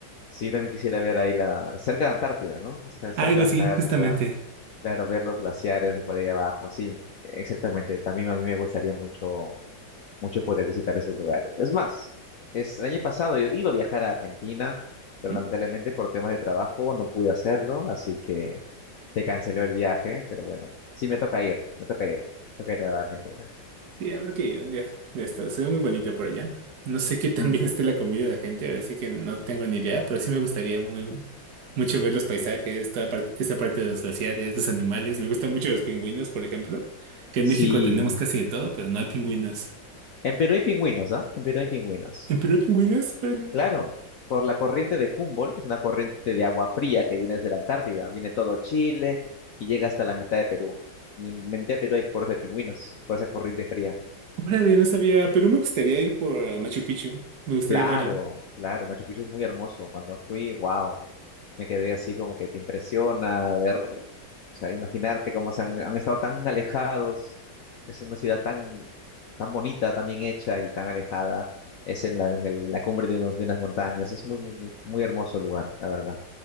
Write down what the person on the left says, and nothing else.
Sí, yo también quisiera ver ahí la, cerca de Antártida, ¿no? O sea, cerca
de
Antártida,
Claro, ver los glaciares de por ahí abajo, sí, exactamente. También a mí me gustaría mucho, mucho poder visitar esos lugares. Es más, es, el año pasado yo iba a viajar a Argentina, pero
lamentablemente por temas de trabajo no pude hacerlo, así que se canceló el viaje, pero bueno, sí me toca ir, me toca ir, me toca ir a Argentina.
Mm,
Sí,
en Perú hay pingüinos, ¿ah? En Perú hay pingüinos.
Claro, por la corriente de Humboldt, es una corriente de agua fría que viene desde la Antártida, viene todo Chile y llega hasta la mitad de Perú. Y en la mitad de Perú hay por de pingüinos, por esa corriente fría.
Claro,
claro, Machu Picchu es muy hermoso. Cuando fui, wow, me quedé así como que te impresiona ver, o sea, imaginarte cómo se han, han estado tan alejados. Es una ciudad tan, tan bonita, tan bien hecha y tan alejada. Es en la, en el- la cumbre de, unos, de unas montañas. Es muy, muy, muy muy hermoso lugar, la verdad.